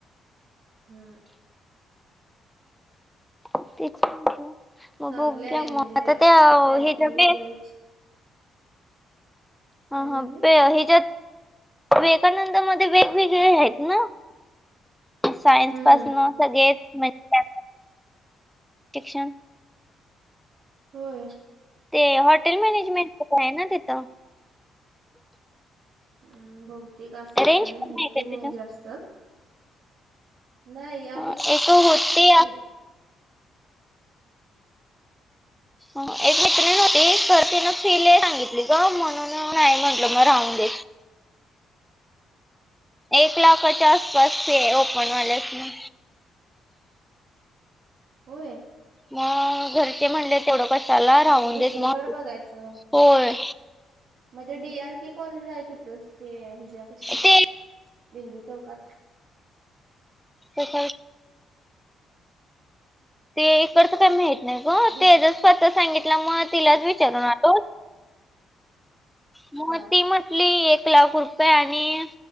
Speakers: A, on the right; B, in the centre.
A: हम्म.
B: ह तेच मग
A: चांगले
B: बघ्या
A: आहे
B: मग
A: म्हणजे
B: आता त्या
A: बँकिंग
B: हे जम
A: वगैरे काय
B: हा
A: म्हणलीस?
B: हा हच्यात वकानंदमध्येध्ये वेगवेगळे आहेत ना. सायन्स
A: हम्म
B: पास न सगळेच म्हणजे. ठीिकश.
A: होय
B: ते हॉटेल मॅनेजमेंटच काय आहे ना तिथं
A: हम् बहतेिक असेल
B: रेंज
A: काय
B: कमी
A: माहित
B: आहे का
A: नाही
B: तिथं
A: जास्त. नाही आहे
B: एक तर होते.
A: की
B: एक मित्री नव्हती तर तिन फीले सांगितली का म्हणून नाही म्हंटलं मग राहून देत. एक लाखच्या आसपासचे ओपन वाल्यासन
A: होय.
B: मग घरचे म्हणले तेवढं कशाला राहून
A: मग दुसरीकडे
B: देत मग
A: बघायचं.
B: होय.
A: मग ते डी आर के कॉलेज आहे तथच हे हच्या कशी.
B: ते
A: भिंदी चौकात.
B: तस. ते इकडचं काय माहत नाही ग
A: बि
B: तेजच पत सांगितलं मग तिलाच विचारून आलो. मग
A: हा
B: ती म्हटली एक लाख रुपये आणि